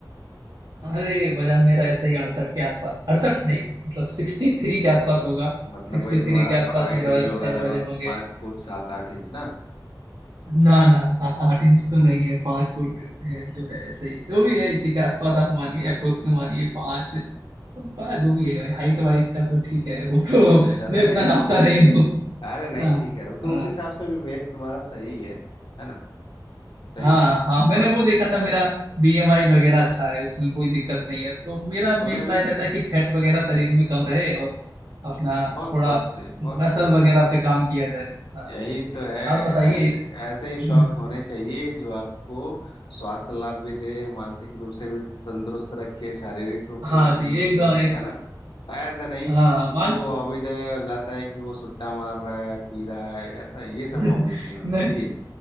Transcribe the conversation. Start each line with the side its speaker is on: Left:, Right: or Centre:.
Right: अरे वजन मेरा ऐसे ही अड़सठ के आसपास अड़सठ नहीं मतलब सिक्सटी थ्री के आसपास होगा
Left: मतलब
Right: सिक्सटी
Left: वही तुम्हारा
Right: थ्री के आसपास
Left: हाइट
Right: मेरा वजन
Left: भी होगा
Right: है
Left: लगभग
Right: वजन हो गया
Left: पाँच फुट सात आठ इंच ना
Right: ना ना सात आठ इंच तो नहीं है पांच फुट है जो है ऐसे ही जो भी है इसी के आसपास आप मानिए
Left: अच्छा
Right: अप्रोक्स
Left: अच्छा
Right: में मानिए पाँच पाँच जो भी है हाइट वाइट का तो ठीक है वो तो
Left: अच्छा
Right: <laughs>
Left: अच्छा चलो
Right: मैं
Left: नहीं
Right: उतना
Left: नहीं
Right: नापता
Left: ठीक
Right: नहीं
Left: है अरे नहीं
Right: हाँ
Left: ठीक है तो
Right: हाँ
Left: उस हिसाब से भी वेट तुम्हारा सही है है ना सही
Right: हाँ
Left: है
Right: हाँ मैंने
Left: और
Right: वो देखा था मेरा बीएमआई वगैरह अच्छा है उसमें कोई दिक्कत नहीं है तो मेरा मेन
Left: तुमने अभी
Right: ट्राई रहता है कि फैट वगैरह शरीर में कम रहे और अपना
Left: बहुत
Right: थोड़ा
Left: बहुत सही बहुत
Right: मसल वगैरह पे काम किया जाए हाँ
Left: यही तो है
Right: आप बताइए
Left: ऐसे
Right: इस
Left: ऐसे ही शौक
Right: हम्म,
Left: होने चाहिए जो आपको स्वास्थ्य लाभ भी दे मानसिक रूप से भी तंदुरुस्त रखे शारीरिक रूप से
Right: हाँ
Left: भी
Right: जी
Left: तंदुरुस्त
Right: एकदम
Left: रखे
Right: एकदम
Left: है ना ऐसा नहीं
Right: हाँ
Left: कि
Right: हाँ,
Left: किसी
Right: मानसिक
Left: को हॉबीज है और लत है कि वो सुट्टा मार रहा है पी रहा है ऐसा ये
Right: <laughs>
Left: सब हॉबीज नहीं होना
Right: नहीं
Left: चाहिए